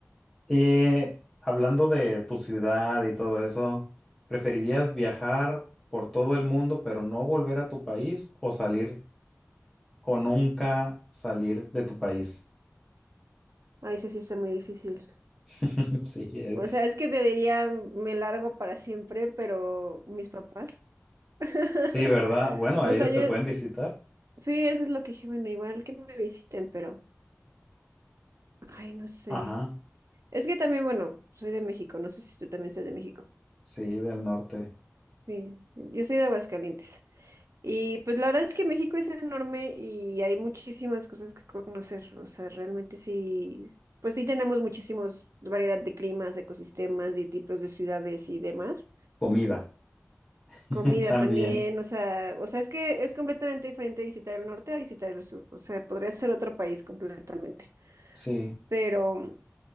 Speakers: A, in the centre; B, on the right.
A: Y hablando de tu ciudad y todo eso, ¿preferirías viajar por todo el mundo pero no volver a tu país o salir o nunca salir de tu país?
B: Ay, eso sí está muy difícil.
A: <laughs> Sí, eh,
B: O sea, es que te diría, me largo para siempre, pero mis papás. <laughs>
A: sí, ¿verdad? Bueno,
B: O
A: ellos
B: sea, yo...
A: te pueden visitar.
B: Sí, eso es lo que dije, bueno, igual que me visiten, pero, ay, no sé.
A: Ajá,
B: Es que también, bueno, soy de México, no sé si tú también seas de México.
A: sí, del norte.
B: Sí, yo soy de Aguascalientes. Y pues la verdad es que México es enorme y hay muchísimas cosas que conocer. O sea, realmente sí, s- pues sí tenemos muchísimos variedad de climas, ecosistemas y tipos de ciudades y demás.
A: Comida. <laughs>
B: Comida
A: También,
B: también, o sea, o sea, es que es completamente diferente visitar el norte a visitar el sur. O sea, podría ser otro país completamente.
A: sí,
B: Pero